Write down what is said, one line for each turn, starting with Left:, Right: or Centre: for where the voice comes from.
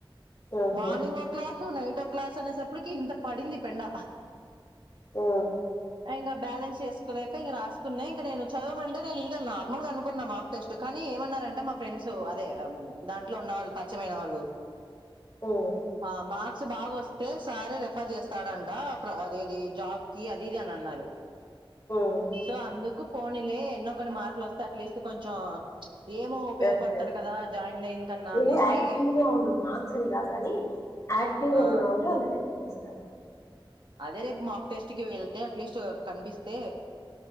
Left: ఉహు
Right: మార్నింగ్ ఓక సు నైట్ ఓ క్లాస్ అనేసప్పటికి ఇంత పడింది పెండ
Left: ఉ
Right: ఇంగా బ్యాలెన్స్ చేస్కోలేక ఇంగ రాస్కున్నా ఇంక నేను చదవమంటే నేనింకా నార్మల్ గా అనుకున్నా మాక్ టెస్ట్ కానీ ఏమన్నారంటే మా ఫ్రెండ్సు అదే దాంట్లో ఉన్నవాళ్ళ్ పరిచమైన వాళ్ళు
Left: ఉమ్
Right: ఆ మాక్ స్ బాగోస్తే సారే రెఫర్ చేస్తాడంట. ప్ర అదెది జాబ్ కి అది ఇది అన్ అన్నారు
Left: ఉమ్
Right: సో అందుకు కోనిలే ఎన్నోకొన్ని మార్కులోస్తే అట్లీస్ట్ కొంచం ఏమో ఉపయోగపడ్తాద్
Left: రెఫరెన్స్
Right: కదా జాయినింగ్ కన్నా
Left: నువ్వు
Right: అనేసి
Left: యాక్టివ్ గా ఉండు మార్క్స్ అని గాద్ గాని యాక్టివ్ గా
Right: ఆ
Left: ఉన్నవంటే వాళ్ళే రేఫర్ చేస్తారు.
Right: అదే రేప్ మాక్ టెస్ట్ కి వెళ్తే అట్లీస్ట్ కన్పిస్తే